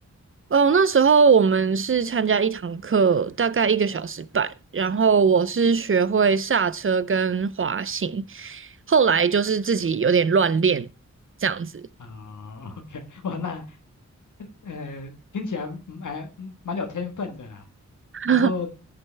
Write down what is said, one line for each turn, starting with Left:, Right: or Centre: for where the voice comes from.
Right: 哦，那时候我们是参加一堂课，大概一个小时半，然后我是学会刹车跟滑行，后来就是自己有点乱练这样子
Left: 啊，OK，<laughs> 哇，那呃，听起来嗯哎嗯蛮有天分的啦，
Right: <laughs>，
Left: 能够